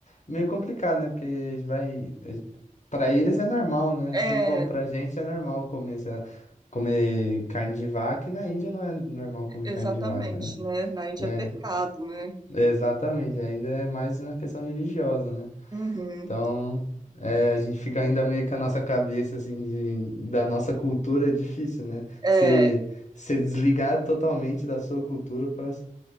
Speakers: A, on the left; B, on the right.
A: meio complicado, né? Porque a gente vai. a gente- Pra eles é normal, né?
B: É,
A: Assim como pra gente é normal comer, sei lá, comer carne de vaca, e na Índia não é normal comer
B: exatamente,
A: carne de vaca, né?
B: né? Na Índia
A: É,
B: é pecado, né?
A: exatamente. Ainda é mais na questão religiosa, né?
B: Uhum.
A: Então, é, a gente fica ainda meio com a nossa cabeça, assim, de- da nossa cultura é difícil, né?
B: É,
A: Se, se desligar totalmente da sua cultura para